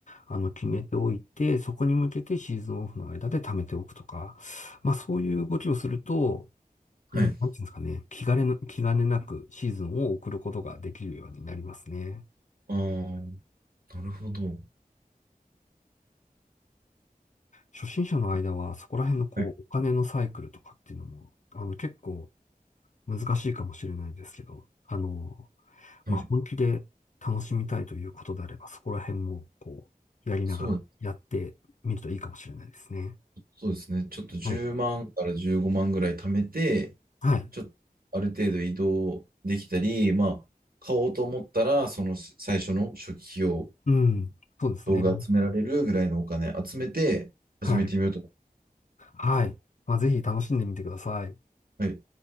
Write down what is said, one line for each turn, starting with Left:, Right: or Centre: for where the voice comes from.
Left: あの、決めておいて、
Right: うん
Left: そこに向けてシーズンオフの間で貯めておくとか、まあそういう動きをすると、うん、
Right: はい。
Left: なんていうんですかね、気兼ねな、気兼ねなくシーズンを送ることができるようになりますね。
Right: ああ、なるほど。
Left: 初心者の間はそこら辺のこう、
Right: はい。
Left: お金のサイクルとかっていうのも、あの、結構難しいかもしれないですけど、あの、まあ、
Right: はい。
Left: 本気で楽しみたいということであれば、そこら辺も、こう、やりながらやってみるといいかもしれないですね。
Right: そうそうですね。ちょっと10万から15万ぐらい貯めて、
Left: はい。はい。
Right: ちょっとある程度移動できたり、まあ、買おうと思ったら、その最初の初期費用、
Left: うん。そうですね。
Right: 動画集められるぐらいのお金集めて始めてみようと思
Left: はい。はい。まあ、ぜひ楽しんでみてください。
Right: う。はい。